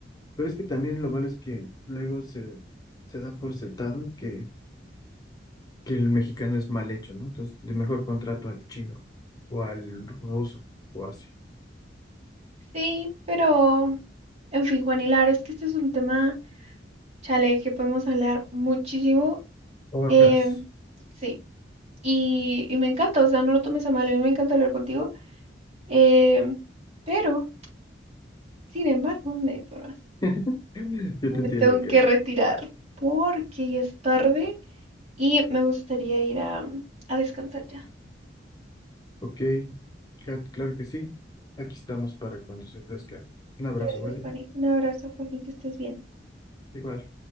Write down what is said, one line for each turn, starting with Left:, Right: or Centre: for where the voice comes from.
Left: Pero es que también lo malo es que luego se, se da por sentado que, que el mexicano es mal hecho, ¿no? Entonces, de mejor contrato al chino o al ruso o así.
Right: Sí, pero en fin, Juan Hilar, es que este es un tema, chale, que podemos hablar muchísimo.
Left: Horas.
Right: eh, sí, y, y me encanta, o sea, no lo tomes a mal, a mí me encanta hablar contigo. eh, pero, sin embargo, me, bueno,
Left: <laughs> Yo te
Right: me
Left: entiendo,
Right: tengo
Left: Kat.
Right: que retirar porque ya es tarde y me gustaría ir a, a descansar ya.
Left: Ok,
Right: ¿sí?
Left: Kat, claro que sí. Aquí estamos para cuando se ofrezca. Un abrazo,
Right: Gracias,
Left: ¿vale?
Right: Juani. Un abrazo, Juani, que estés bien.
Left: Igual.